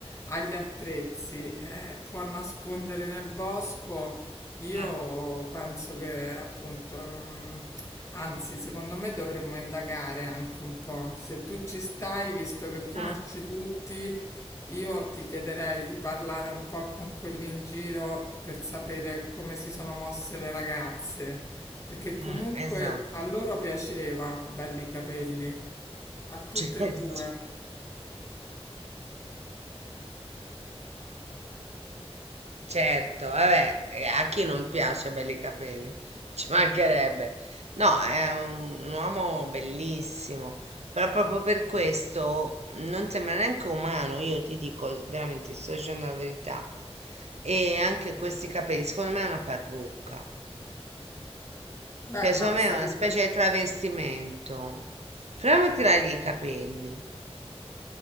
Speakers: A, on the left; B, on the right.
A: agli attrezzi, eh, può nascondere nel bosco. Io
B: Mm,
A: penso che appunto, mm, anzi, secondo me dovremmo indagare anche un po'. Se tu ci stai, visto che conosci
B: mm,
A: tutti, io ti chiederei di parlare un po' con quelli in giro per sapere come si sono mosse le ragazze, perché
B: mm,
A: comunque
B: Esatto,
A: a loro piaceva, belli capelli, a
B: <laughs>
A: tutte
B: certo.
A: e due.
B: Certo, vabbè, eh, a chi non piace belli capelli? <laughs> Ci mancherebbe. No, è un, un uomo bellissimo, però proprio per questo non sembra neanche umano, io ti dico veramente, ti sto dicendo la verità. E anche questi capelli, secondo me è una parrucca,
A: Beh,
B: cioè
A: no,
B: secondo
A: sarebbe...
B: me è una specie di travestimento. Proviamo a tirargli i capelli.